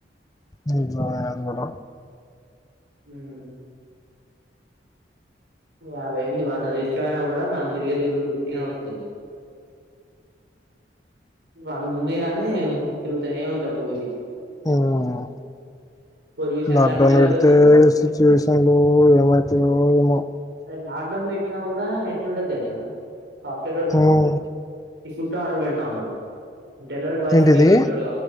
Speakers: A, on the left (about 20°); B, on the right (about 70°).
A: ఇ అదిగల
B: ఉమ్ యాభై అంది వంద ఇష్టపోయినా కూడా మనం తిరిగే తి ఫిఫ్టీన్ పడుతుంది వంద ఉంది గానీ తిరుగుతూనే ఉంటాం బోసి
A: ఉమ్
B: పొల్యూషన్
A: లాక్డౌన్
B: అట్లనే పెరుగుతది
A: పెడితే సిచ్యువేషన్ లో ఏమైతాయో ఏమో
B: లాక్ డౌన్ పెట్టినా కూడా ఎట్లుంటది తెలుసా పచాడోలకు
A: ఉమ్,
B: ఇ ఫుడ్ ఆర్డర్ పెడతా ఉంటారు డలివీరి బాయ్స్కి
A: ఏంటిది
B: పెట్రోల్